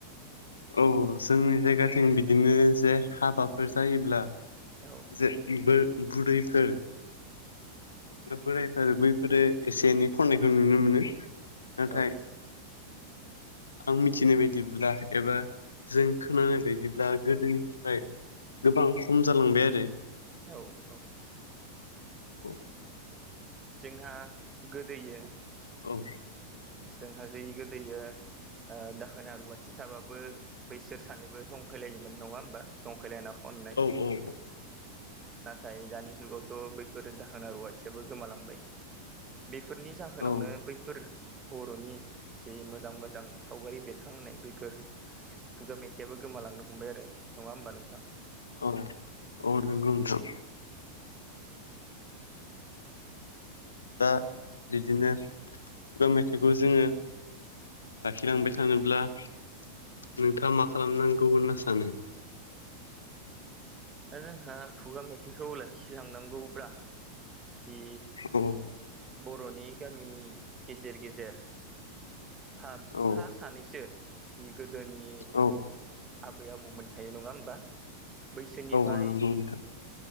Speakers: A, on the left (about 75°); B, on the right (about 20°).
A: औ जोंनि जायगाथिं बिदिनो जे हाबाफोर जायोब्ला
B: औ
A: जे बो बुरैफोर बोराय फोर बैफोरो एसे एनै खननायखौ नुनो मोनो नाथाय
B: औ
A: आं मिथिनाय बायदिब्ला। एबा जों खोनानाय बायदिब्ला गोदोनिफ्राय गोबां खम जालांबाय आरो।
B: औ औ।
A: औ
B: जोंहा गोदोयो
A: औ।
B: जोंहा जै गोदैयो ओ दाहोना रुवाथि थाबाबो बैसोर सानैबो जंखायलायोमोन नङा होमबा जंखायलायना खननाय।
A: औ औ
B: नाथाय दानि जुगावथ' बैफोर दाहोना रुवाथियाबो गोमालांबाय। बेफोरनि जाहोनावनो
A: औ
B: बैफोर बर'नि जे मोजां मोजां सावगारि बेरखांनाय बैफोर खुगा मेथाइयाबो गोमालांनो हमबाय आरो नङा होमबा नोंथां?
A: औ औ नोंगौ नोंथां। दा बिदिनो खुगा मेथाइखौ जोङो। लाखिलांबाय थानोब्ला नोंथाङा मा खालामनांगौ होनना सानो?
B: दा जोंहा खुगा मेथाइखौ लाखिलांनांगौब्ला जि
A: औ
B: बर'नि गामि गेजेर गेजेर साफा
A: औ
B: सानैसो जि गोदोनि
A: औ
B: आबै आबौमोनथायो नङा होमबा बैसोनिफ्राय
A: औ नंगौ नोंथां